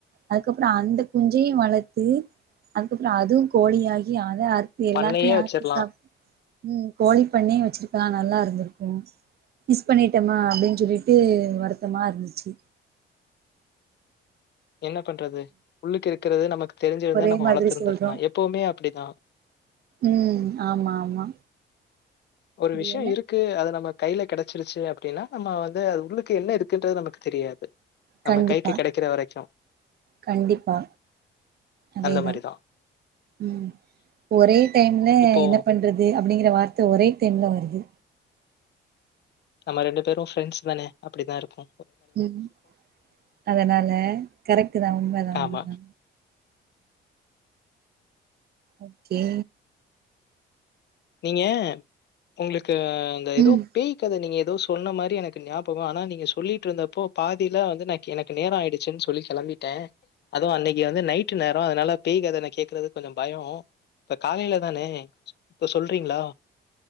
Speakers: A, on the right; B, on the left.
A: அதுக்கப்றம் அந்த குஞ்சையும் வள த்து அதுக்கப்புறம் அதுவும் கோழியாகி அத அ றுத்து எல்லாத்தையும்
B: பண்ணையே
A: அறுத்து
B: வச்சிரலாம்
A: சாப் உம் கோழி பண்ணை வச்சிருக்கலா நல்லா இருந்திருக்கு மிஸ் பண்ணிட்டோமா அப்டின் சொல்லிட் டு வருத்தமா இருந்துச்சு
B: என்ன பண்றது உள்ளுக்கு இருக்கிறது நமக்கு தெரிஞ்சிருந்தா
A: ஒரே
B: நம்ம
A: மாதிரி
B: வளர்த்துிருந்திருக்கலாம்
A: சொல்றோ
B: எப்பவுமே அப்டிதான்
A: ம் ஆமா ஆமா
B: ஒரு
A: இது
B: விஷ்ய
A: என்ன
B: இருக்கு அது நம்ம கைல கெடச்சிருச்சு அப்டினா நம்மா வந்து அது உள்ளுக்கு என்ன இருக்குன்றது நமக்கு தெரியாது
A: கண்டிப்பா
B: நம்ம கைக்கு கிடைக்கிற வரைக்கும்
A: கண்டிப்பா அதேதா
B: அந்த மாதிரிதான்
A: உம் ஒரே டேன்ல
B: இப்போ
A: என்ன பண்றது அப்டிங்கிற வார் அட்த்து ஒரே டேம்ல வருது
B: நம்ம ரெண்டு பேரு ஃப்ரெண்ட்ஸ் தானே அப்டிதா இருக்கு
A: உம் அதனால கரெக்ட்டு தா உண்மதா உண்மதா
B: ஆமா
A: ஓகே
B: நீங்க உங்ளுக் கு அந்த எதோ
A: ம்
B: பேய் கத நீங்க எதோ சொ சொன்ன மாரி எனக்கு ஞாபக ஆனா நீங்க சொல்லிட்ருந்தப்போ பாதில வந்து நா கெனக்கு நேர ஆயிடுச்சுன் சொல்லி கெளம்பிட்டே அதுவு அன்னைக்கு வந்து நைட்டு நேர அதனால பேய் கத நா கேக்குறதுக்கு கொஞ்ச பயோ இப்ப காலைல தலயணை சொல்றீங்ளா